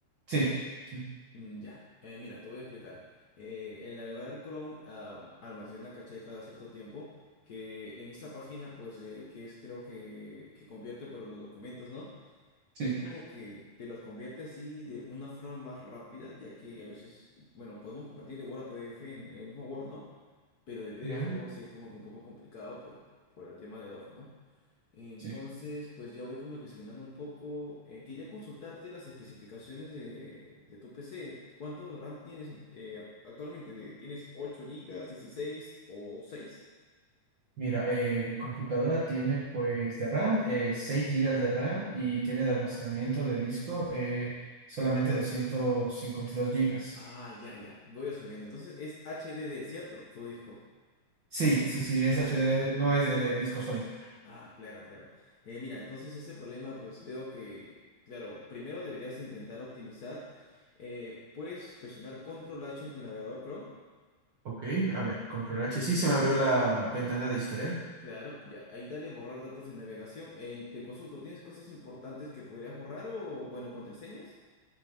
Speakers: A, on the right (about 60°); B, on the left (about 75°).
A: Sí, sí,
B: Mm, Ya, Eh, mira, te voy a explicar. Eh, el navegador Chrome ah, almacena caché cada cierto tiempo, que en esta página, pues, eh, que es creo que, que convierte por los documentos, ¿no?
A: sí,
B: Es como que te los convierte así de una forma más rápida, ya que a veces, bueno, podemos convertir de Word a PDF en el mismo Word, ¿no? Pero de PDF
A: ya,
B: a Word sí es como que un poco complicado por, por el tema de DOF, ¿no? Entonces,
A: sí.
B: pues ya voy como que examinando un poco. Eh, quería consultarte las especificaciones de, de tu PC. ¿Cuánto de RAM tienes eh, ac- actualmente? ¿De- ¿Tienes ocho gigas, dieciséis o seis.
A: Mira, eh, mi computadora tiene pues de RAM, eh, 6 GB de RAM y tiene de almacenamiento de disco eh, solamente 252 gigas.
B: Ah, ya, ya, voy asumiendo. Entonces es HDD, ¿cierto? Tu disco.
A: Sí, sí, sí, es HD,
B: Mm,
A: no es de disco sólido.
B: Ah, claro, claro. Eh, mira, entonces ese problema, pues veo que, claro, primero deberías intentar optimizar. Eh, puedes presionar Control H en tu navegador Chrome.
A: Ok, a ver, control H. Sí, se me abrió la ventana de historial.
B: Claro, ya, ahí dale borrar datos de navegación. En, te consulto, ¿tienes cosas importantes que podrías borrar o, bueno, contraseñas?